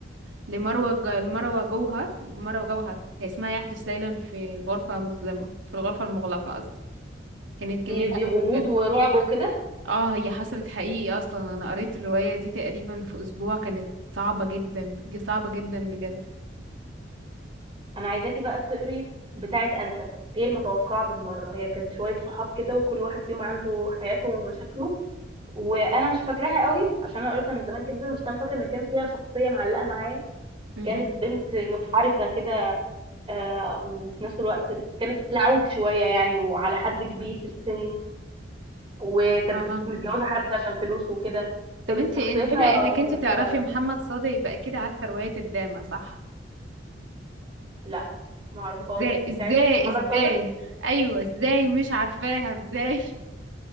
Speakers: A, on the right; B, on the right.
A: لمروة ج- لمروة جوهر مروة جوهر هي اسمها يحدث ليلا في غرفة مظلمة في الغرفة المغلقة قصدي كانت
B: دي
A: جميلة
B: بغموض
A: أوي بجد
B: ورعب وكده
A: اه هي حصلت حقيقي اصلا انا قريت الرواية دي تقريبا في اسبوع كانت صعبة جدا ج- صعبة جدا بجد
B: انا عايزاكي بقى تقري بتاعت انت غير متوقعة بالمرة هي كانت شوية صحاب كده وكل واحد فيهم عنده حياته ومشاكله وانا مش فاكراها قوي عشان انا قريتها من زمان جدا بس انا فاكر ان كان فيها شخصية معلقة معايا
A: مهم.
B: كانت بنت منحرفة كده آه، وفي نفس الوقت كانت لعوب شوية يعني وعلى حد كبير في السن وكانت
A: اه
B: بت- متجوزة حد عشان فلوسه وكده
A: طب
B: كانت
A: انت
B: شخصيتها
A: بما انك
B: مرتبة
A: انت تعرفي
B: قوي
A: محمد صادق يبقى اكيد عارفة رواية الدامة صح
B: لا معرفهاش
A: ازاي
B: دي
A: ازاي
B: بتاعت محمد
A: ازاي
B: صادق
A: ايوه ازاي مش عارفاها ازاي <laughs>